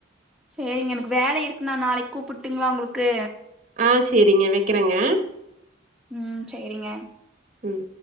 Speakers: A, in the centre; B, on the right.
A: சரிங்க எனக்கு வேலை இருக்குண்ணா நாளைக்கு கூப்பிட்டுங்களா உங்களுக்கு
B: ஆ செரிங்க வெக்கேறங்க
A: ம் செரிங்க
B: ம்